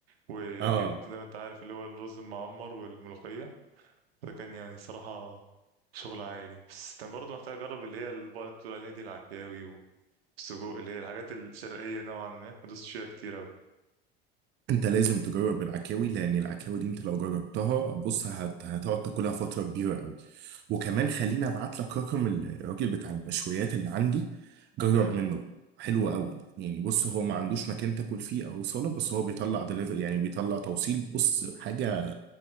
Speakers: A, on the right (about 75°); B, on the right (about 35°).
A: وأكيد
B: اه
A: زي ما أنت عارف اللي هو الرز المعمر والملوخية فكان يعني صراحة شغل عائلي بس كان برضه محتاج أجرب اللي هي البقرة اللي بقولك بتقول عليها دي العكاوي والسجق اللي هي الحاجات الشرقية نوعا ما دوست فيها كتير أوي
B: انت لازم تجرب العكاوي لان العكاوي دي انت لو جربتها بص هت... هتقعد تاكلها فترة كبيرة قوي وكمان خليني ابعت لك رقم الراجل بتاع المشويات اللي عندي جرب
A: مم.
B: منه حلو قوي يعني بص هو ما عندوش مكان تاكل فيه او صاله بس هو بيطلع دليفري يعني بيطلع توصيل بص حاجه